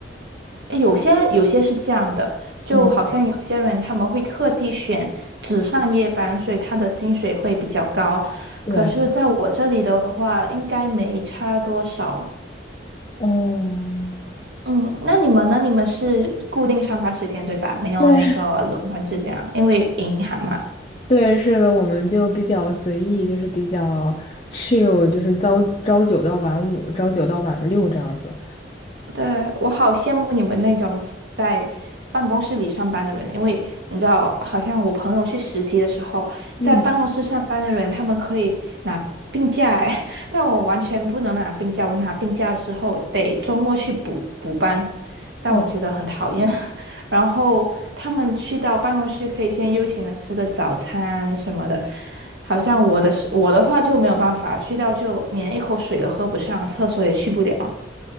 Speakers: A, on the right (about 70°); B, on the left (about 30°).
A: 有些有些是这样的，就好像有些人他们会特地选只上夜班，
B: 嗯，
A: 所以他的薪水会比较高，
B: 对，
A: 可是在我这里的话，应该没差多少。
B: 哦。
A: 嗯，那你们呢？你们是固定上班时间对吧？没有那个轮班制这样，
B: 对。
A: 因为银行嘛。
B: 对，是的，我们就比较随意，就是比较 chill，就是朝朝九到晚五，朝九到晚六这样子。
A: 对，我好羡慕你们那种在办公室里上班的人，因为你知道，好像我朋友去实习的时候，
B: 嗯，
A: 在办公室上班的人，他们可以拿病假哎，<laughs> 但我完全不能拿病假，我拿病假的时候得周末去补补班，但我觉得很讨厌。
B: 哦，
A: <laughs> 然后他们去到办公室可以先悠闲的吃个早餐什么的，好像我的是我的话就没有办法，去到就连一口水都喝不上，厕所也去不了。